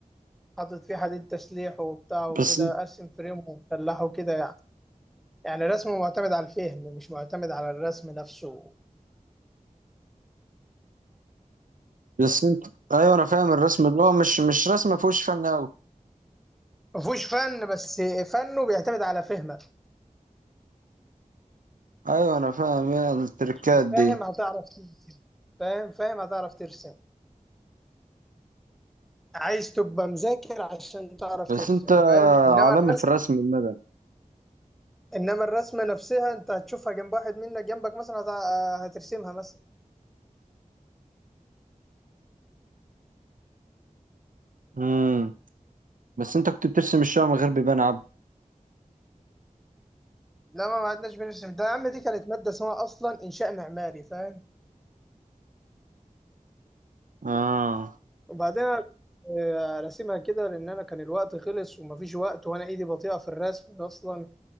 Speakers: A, in the centre; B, on the right.
A: حاطط فيه حديد تسليح وبتاع وكده
B: بس انت-
A: ارسم فريم ومسلحه وكده يعني يعني الرسم معتمد على الفهم مش معتمد على الرسم نفسه
B: بس انت ايوه انا فاهم الرسم اللي هو مش مش رسم ما فيهوش فن قوي
A: ما فيهوش فن بس فنه بيعتمد على فهمك
B: ايوه انا فاهم يا التركات
A: يعني
B: دي
A: فاهم هتعرف ترسم فاهم فاهم هتعرف ترسم عايز تبقى مذاكر عشان تعرف
B: بس
A: ترسم
B: انت
A: فاهم انما
B: عالمي
A: الرسم
B: في الرسم المدني
A: انما الرسمه نفسها انت هتشوفها جنب واحد منك جنبك مثلا هت- هترسمها مثلا
B: امم بس انت كنت بترسم الشقق من غير بيبان عبد
A: لا ما ما عدناش بنرسم ده يا عم دي كانت ماده اسمها اصلا انشاء معماري فاهم
B: اه
A: وبعدين أنا كنت آه، راسمها كده لان انا كان الوقت خلص ومفيش وقت وانا ايدي بطيئه في الرسم اصلا